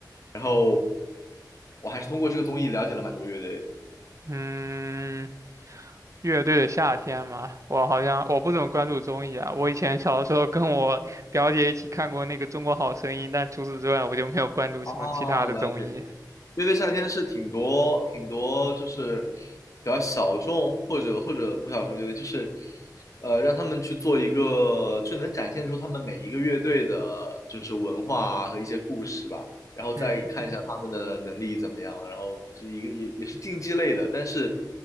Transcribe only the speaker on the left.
然后我还是通过这个综艺了解了蛮多乐队的。
哦，了解。乐队夏天是挺多挺多，就是比较小众或者或者不小众乐队，就是呃让他们去做一个，就能展现出他们每一个乐队的，就是文化啊和一些故事吧，然后再看一下他们的能力怎么样，
然后就一个也也是竞技类的，但是